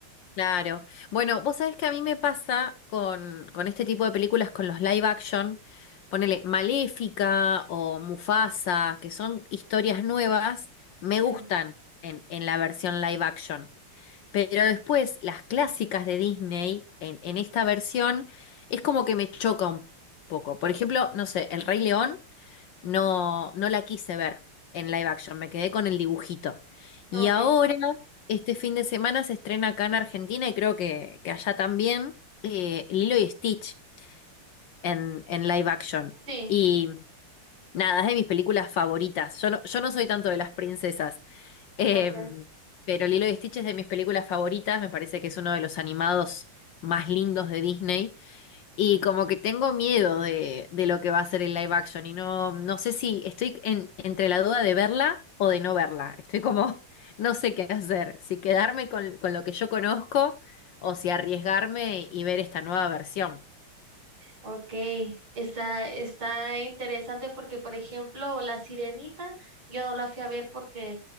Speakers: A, on the left; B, on the right.
A: Claro. Bueno, vos sabés que a mí me pasa con, con este tipo de películas, con los live action, ponele Maléfica o Mufasa, que son historias nuevas, me
B: Sí,
A: gustan en, en la versión live action. Pero después, las clásicas de Disney, en, en esta versión, es como que me choca un poco. Por ejemplo, no sé, El Rey León. No, no la quise ver en live action, me quedé con el dibujito. Y
B: ok,
A: ahora, este fin de semana se estrena acá en Argentina y creo que, que allá también, eh, Lilo y Stitch en, en live action.
B: sí,
A: Y nada, es de mis películas favoritas. Yo no, yo no soy tanto de las princesas, eh,
B: ok.
A: pero Lilo y Stitch es de mis películas favoritas, me parece que es uno de los animados más lindos de Disney. Y como que tengo miedo de, de lo que va a ser el live action y no, no sé si estoy en, entre la duda de verla o de no verla. Estoy como, <laughs> no sé qué hacer, si quedarme con, con lo que yo conozco o si arriesgarme y ver esta nueva versión.
B: Ok, está, está interesante porque, por ejemplo, La Sirenita, yo no la fui a ver porque